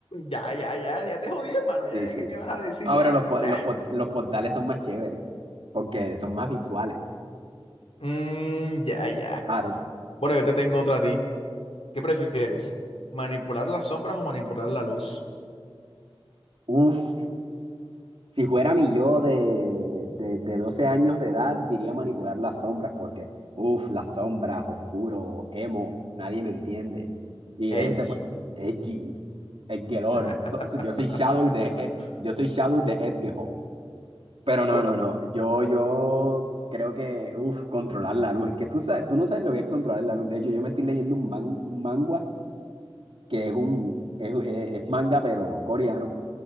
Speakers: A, on the left; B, on the right.
A: Ya, ya, ya. Ya te jodí, hermano. Ya,
B: Sí, sí.
A: ya, ¿qué vas a decir?
B: Ahora
A: Ya,
B: los, po-
A: ya.
B: los, po- los portales son más chéveres porque son más visuales.
A: Mm, ya, ya.
B: Claro.
A: Bueno, yo te tengo otra a ti. ¿Qué prefieres? ¿Manipular las sombras o manipular la luz?
B: Uf. Si fuera mi yo de, de, de 12 años de edad, diría manipular las sombras porque, uff, las sombras, oscuro, emo, nadie me entiende. Y
A: Edgy.
B: ese, pues, edgy, Edgelord.
A: <laughs>
B: So- so- yo soy Shadow de, Ed- yo soy Shadow de Edgehow. Pero
A: Yo.
B: no, no, no, yo, yo creo que, uff, controlar la luz. Es que tú, sabes, tú no sabes lo que es controlar la luz. De hecho, yo me estoy leyendo un, man, un manga que es un, es, es es manga, pero coreano